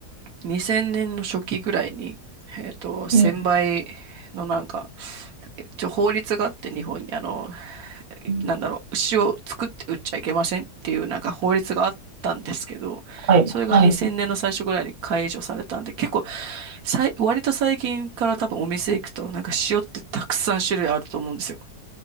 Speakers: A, on the right; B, on the right.
A: 2000年の初期ぐらいに、えっと、1000倍
B: う
A: のなんか、一応法律があって日本にあの、
B: ん
A: なんだろう、牛を作って売っちゃいけませんっていうなんか法律があったんですけど、
B: はい、
A: それが2000年の最初ぐらいに解除されたんで、
B: はい。
A: 結構さい、割と最近から多分お店行くとなんか塩ってたくさん種類あると思うんですよ。